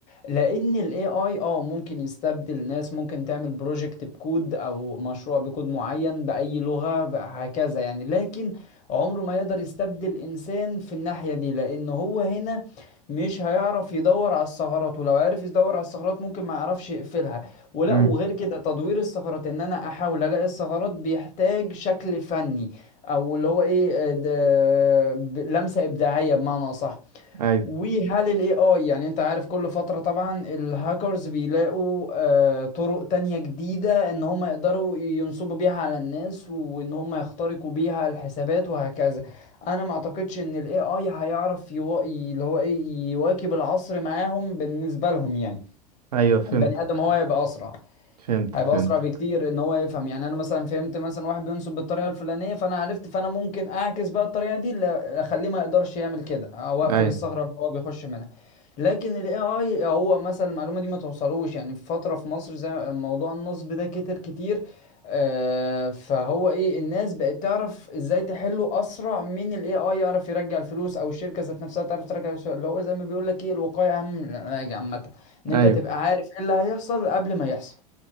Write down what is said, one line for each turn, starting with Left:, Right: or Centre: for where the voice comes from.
Left: لان الاي اي اه ممكن يستبدل ناس ممكن تعمل بروجكت بكود او مشروع بكود معين باي لغة هكذا يعني لكن عمره ما يقدر يستبدل انسان في الناحية دي لان هو هنا مش هيعرف يدور على الثغرات ولو عرف يدور على الثغرات ممكن ما يعرفش يقفلها ولا
Right: امم
Left: وغير كده تدوير الثغرات ان انا احاول الاقي الثغرات بيحتاج شكل فني او اللي هو ايه آه، ده- ب- لمسة ابداعية بمعنى اصح
Right: ايوه
Left: وهل الاي اي يعني انت عارف كل فترة طبعا الهاكرز بيلاقوا آه، طرق تانية جديدة ان هم يقدروا ينصبوا بيها على الناس وان هم يخترقوا بيها الحسابات وهكذا انا ما اعتقدش ان الاي اي هيعرف يوا... اللي هو ايه يواكب العصر معاهم بالنسبة لهم يعني
Right: ايوه فهمتك
Left: البني ادم هو يبقى اسرع
Right: فهمتك
Left: هيبقى
Right: فهمتك
Left: اسرع بكتير ان هو يفهم يعني انا مثلا فهمت مثلا واحد بينصب بالطريقه الفلانيه فانا عرفت فانا ممكن اعكس بقى الطريقه دي ل- اخليه ما يقدرش يعمل كده او اقفل
Right: ايوه
Left: الثغره اللي هو بيخش منها لكن الاي اي هو مثلا المعلومه دي ما توصلوش يعني في فتره في مصر زي موضوع النصب ده كتر كتير آه، فهو ايه الناس بقت تعرف ازاي تحله اسرع من الاي اي يعرف يرجع الفلوس او الشركه ذات نفسها تعرف ترجع الفلوس اللي هو زي ما بيقول لك ايه الوقايه اهم من العلاج عامه ان انت
Right: ايوه
Left: تبقى عارف ايه اللي هيحصل قبل ما يحصل